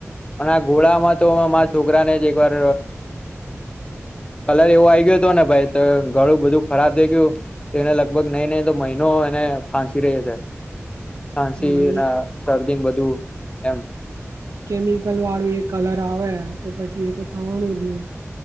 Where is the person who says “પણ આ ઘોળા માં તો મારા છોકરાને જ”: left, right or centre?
Left